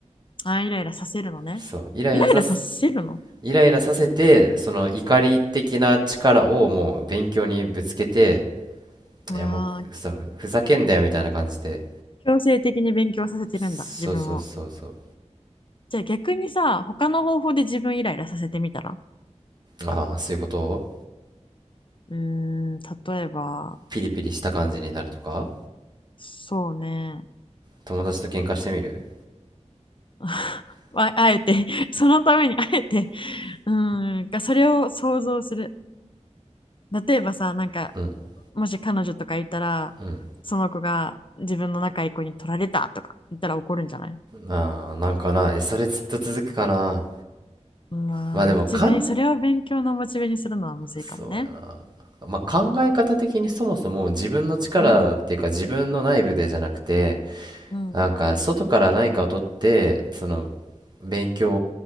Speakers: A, on the left; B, on the right.
A: あ、イライラさせるのね。
B: そう。イライラさす、
A: イライラさせるの
B: イライラさせて、その怒り的な力をもう勉強にぶつけて、
A: あ
B: いやもう、そう、ふざけんなよみたいな感じで。
A: 強制的に勉強させてるんだ、
B: そうそうそうそう。
A: 自分を。じゃあ逆にさ、他の方法で自分イライラさせてみたら
B: ああ、そういうことを
A: うーん、例えば、
B: ピリピリした感じになるとか
A: そうね。
B: 友達と喧嘩してみる
A: <laughs> ああえて、そのためにあえて、うーん、がそれを想像する。例えばさ、なんか、
B: うん。
A: もし彼女とかいたら、
B: うん
A: その子が自分の仲いい子に取られたとか言ったら怒るんじゃない
B: ああ、なんかな、えそれずっと続くかな。
A: まあ、
B: まあでも、
A: モチベ、
B: かん、
A: それを勉強のモチベにするのはむずいかもね。
B: そうやな。まあ考え方的にそもそも自分の力っていうか自分の内部でじゃなくて、
A: うん。うん。
B: なんか外から何かを取って、その勉強